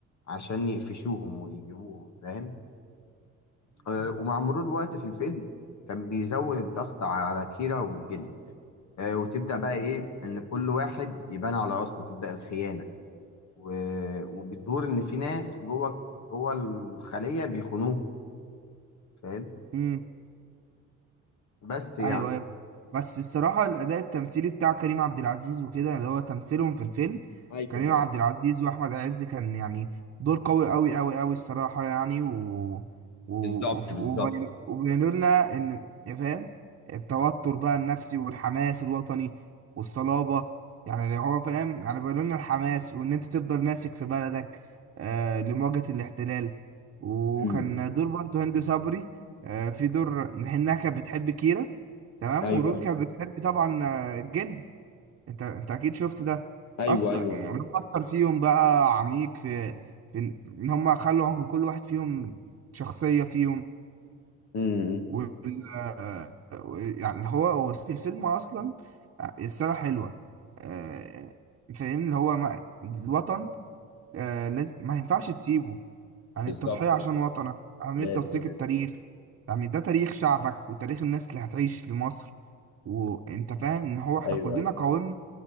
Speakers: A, on the left (about 65°); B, on the right (about 45°).
A: عشان يقفشوهم ويجيبوهم فاهم آه، ومع مرور الوقت في الفيلم كان بيزود الضغط على كيرا والجن آه، وتبدأ بقى إيه إن كل واحد يبان على أصله تبدأ الخيانة و- وبتظهر إن في ناس جوه جوه الخلية بيخونوه فاهم
B: امم
A: بس يعني
B: ايوه ايوه بس الصراحه الاداء التمثيلي بتاع كريم عبد العزيز وكده اللي هو تمثيلهم في الفيلم
A: ايوه
B: كريم
A: ايوه
B: عبد العزيز واحمد عز كان يعني دور قوي قوي قوي قوي الصراحه يعني و و
A: بالظبط
B: وف-
A: بالظبط
B: وبين- وبينوا لنا ان يا فاهم التوتر بقى النفسي والحماس الوطني والصلابه يعني اللي هو فاهم يعني بينوا لنا الحماس وان انت تفضل ماسك في بلدك آه لمواجهه الاحتلال وكان
A: امم
B: دور برضه هند صبري آه في دور انها كانت بتحب كيرة تمام
A: ايوه
B: وروبي كانت بتحب طبعا آه، الجن انت انت اكيد شفت ده
A: ايوه
B: اثر
A: ايوه
B: يعني
A: ايوه
B: اثر فيهم بقى عميق في في ان إن هم خلوا لكل واحد فيهم شخصية فيهم
A: امم
B: وال آه، يعني هو ورث الفيلم اصلا السنة حلوة آه، فاهمني اللي هو ما... الوطن آه، لازم ما ينفعش تسيبه عن
A: بالظبط
B: التضحية عشان
A: بالظبط.
B: وطنك أهمية
A: لازم
B: توثيق
A: لازم
B: التاريخ يعني ده تاريخ شعبك وتاريخ الناس اللي هتعيش لمصر وانت فاهم ان هو احنا
A: ايوه
B: كلنا قاومنا